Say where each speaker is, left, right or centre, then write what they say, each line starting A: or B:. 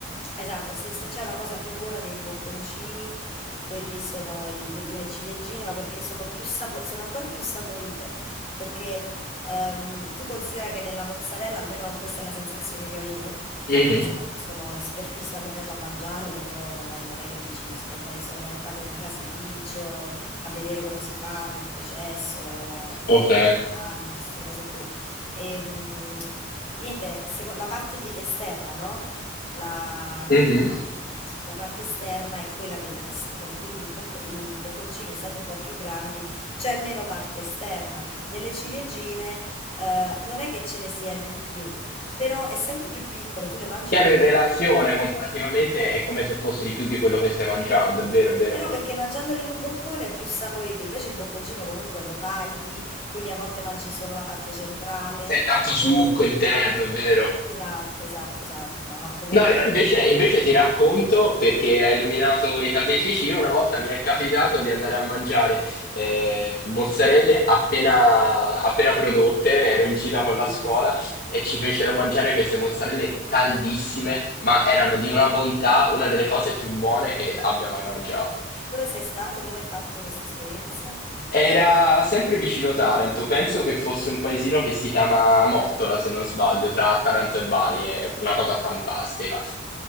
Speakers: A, on the left; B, on the left.
A: Esatto, se, se c'è una cosa più buona dei bocconcini, quelli sono i- le, le ciliegine, ma perché sono più sapo- sono ancora più saporite, perché ehm, tu considera che nella mozzarella, almeno questa è la sensazione che ho io,
B: Mhm,
A: poi non lo so, sono espertissima, a me piace a mangiarle, però non è, non è che dici, ho mai- sono mai entrata in un caseificio a vedere come si fanno, il processo, la ca-
B: Ok.
A: il caglio, queste cose qui. E, mm, niente, seco- la parte di- esterna, no? la,
B: mhm.
A: la parte esterna è quella che le dà sapore, quindi i, bocco- i bocconcini, essendo un po' più grandi, c'è meno parte esterna. Nelle ciliegine, eh, non è che ce ne sia di più, però essendo più piccole, tu le mangi
B: Chiaro,
A: in un
B: in
A: boccone.
B: relazione, comparativamente, è come se fosse di più di quello che stai mangiando, è vero, è vero.
A: Eh no, perché mangiandole in un boccone è più saporito, invece il bocconcino comunque lo tagli, quindi a volte mangi solo la parte centrale.
B: C'è tanto succo
A: E...
B: interno, è vero.
A: Esatto, esatto, esatto. No, ma comunque
B: No, io invece,
A: per me
B: invece
A: è
B: ti racconto, perché hai nominato i caseifici, io una volta mi è capitato di andare a mangiare eh, mozzarelle appena, appena prodotte, ero in gita con
A: bellissimo.
B: la scuola e ci fecero mangiare queste mozzarelle caldissime, ma erano di una bontà, una delle cose più buone che abbia mai mangiato.
A: Dove sei stato? Dove hai fatto questa esperienza?
B: Era sempre vicino Taranto, penso che fosse un paesino che si chiama Mottola, se non sbaglio, tra Taranto e Bari, è una cosa fantastica.